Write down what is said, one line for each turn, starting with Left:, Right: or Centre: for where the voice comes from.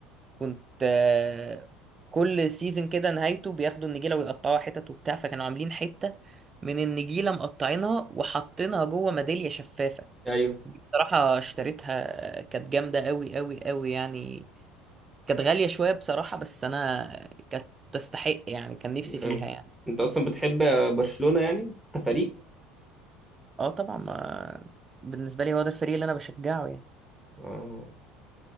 Right: كنت آه، كل سيزون كده نهايته بياخدوا النجيله ويقطعوها حتت وبتاع فكانوا عاملين حته من النجيله مقطعينها وحاطينها جوه ميداليه شفافه
Centre: ايوه
Right: بصراحه اشتريتها كانت جامده قوي قوي قوي يعني كانت غالية شوية بصراحة بس أنا كانت تستحق يعني كان نفسي فيها
Centre: آه.
Right: يعني
Centre: انت اصلا بتحب برشلونه يعني كفريق
Right: اه طبعا ما بالنسبة لي هو ده الفريق اللي أنا بشجعه يعني
Centre: اه